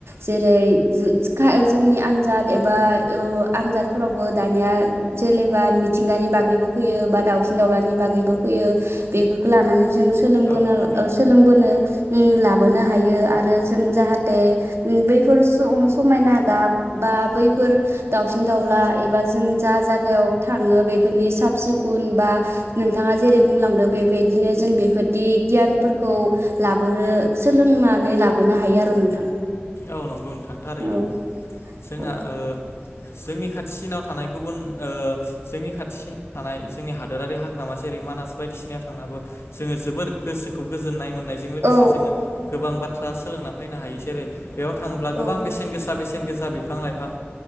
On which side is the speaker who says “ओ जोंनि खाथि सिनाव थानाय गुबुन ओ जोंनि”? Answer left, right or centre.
Left